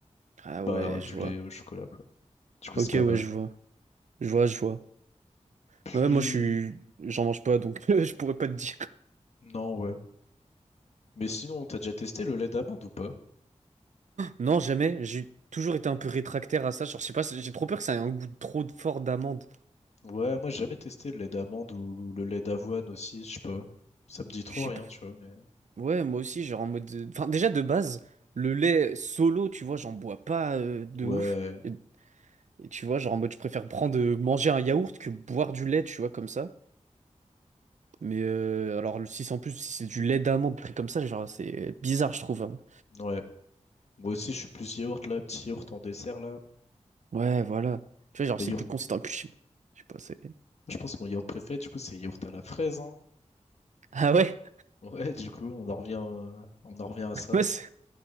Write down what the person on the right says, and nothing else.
Ah
ouais,
je
vois.
Ok,
ouais,
je vois. Je vois, je vois.
Ouais, moi, je suis... J'en mange pas, donc <laughs> euh, je pourrais pas te dire.
Non, jamais. J'ai toujours été un peu rétractaire à ça. Genre, je sais pas, j'ai trop peur que ça ait un goût trop fort d'amande.
Je sais
pas.
Ouais, moi aussi, genre en mode... euh, Enfin, déjà, de base, le lait solo, tu vois, j'en bois pas euh, de
ouf. Et, et tu vois, genre en mode, je préfère prendre... euh, manger un yaourt que boire du lait, tu vois, comme ça. Mais euh, alors, le six en plus, si c'est du lait d'amande pris comme ça, genre, c'est bizarre, je trouve. hein.
Ouais, voilà. Tu vois, genre,
c'est
plus consistant. Et puis, je je sais pas, c'est. <laughs>
Ah ouais?
Moi, c'est-